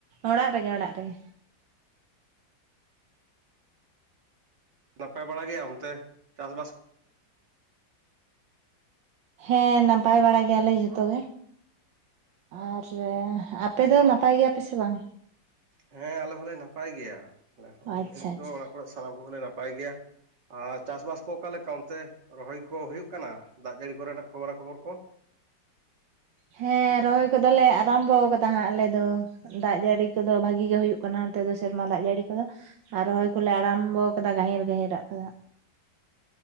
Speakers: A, on the right (about 80°); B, on the right (about 65°).
A: ᱚᱲᱟᱜ ᱨᱮᱜᱮ ᱚᱲᱟᱜ ᱨᱮᱜᱮ᱾
B: ᱱᱟᱯᱟᱭ ᱵᱟᱲᱟ ᱜᱮᱭᱟ ᱚᱱᱛᱮ ᱪᱟᱥᱵᱟᱥ ᱠᱚ?
A: ᱦᱮᱸ ᱱᱟᱯᱟᱭ ᱵᱟᱲᱟ ᱜᱮᱭᱟᱞᱮ ᱡᱷᱚᱛᱚ ᱜᱮ᱾ ᱟᱨ ᱟᱯᱮ ᱫᱚ ᱱᱟᱯᱟᱭ ᱜᱮᱭᱟᱯᱮ ᱥᱮ ᱵᱟᱝ?
B: ᱦᱮᱸ ᱟᱞᱮ ᱦᱚᱸᱞᱮ ᱱᱟᱯᱟᱭ ᱜᱮᱭᱟ, ᱟᱞᱮᱦᱚᱸ ᱱᱤᱭᱟᱹ
A: ᱟᱪᱪᱷᱟ
B: ᱜᱷᱟᱹᱲᱤᱡ
A: ᱟᱪᱪᱷᱟ
B: ᱫᱚ ᱚᱲᱟᱜ ᱠᱚᱨᱮ ᱥᱟᱱᱟᱢ ᱠᱚᱜᱮᱞᱮ ᱱᱟᱯᱟᱭ ᱜᱮᱭᱟ᱾ ᱟᱨ ᱪᱟᱥᱻᱵᱟᱥ ᱠᱚ ᱚᱠᱟᱞᱮᱠᱟ ᱚᱱᱛᱮ? ᱨᱚᱦᱚᱭ ᱠᱚ ᱦᱩᱭᱩᱜ ᱠᱟᱱᱟ ᱫᱟᱜ ᱡᱟᱹᱲᱤ ᱠᱚᱨᱮᱱᱟᱜ ᱠᱷᱚᱵᱚᱨᱟ ᱠᱷᱚᱵᱚᱨ ᱠᱚ?
A: ᱦᱮᱸ ᱨᱚᱦᱚᱭ ᱠᱚᱫᱚᱞᱮ ᱟᱨᱟᱢᱵᱚ ᱟᱠᱟᱫᱟ ᱦᱟᱸᱜ ᱟᱞᱮ ᱫᱚ ᱫᱟᱜ ᱡᱟᱹᱲᱤ ᱠᱚᱫᱚ ᱵᱷᱟᱹᱜᱤ ᱜᱮ ᱦᱩᱭᱩᱜ ᱠᱟᱱᱟ ᱚᱱᱚᱛ ᱫᱚ ᱥᱮᱨᱢᱟ ᱫᱟᱜ ᱡᱟᱹᱲᱤ ᱠᱚᱫᱚ᱾ ᱟᱨ ᱨᱚᱦᱚᱭ ᱠᱚᱞᱮ ᱟᱨᱟᱢᱵᱚ ᱟᱠᱟᱫᱟ ᱜᱟᱹᱦᱤᱨᱼᱜᱟᱹᱦᱤᱨᱟᱜ ᱠᱚᱫᱚ᱾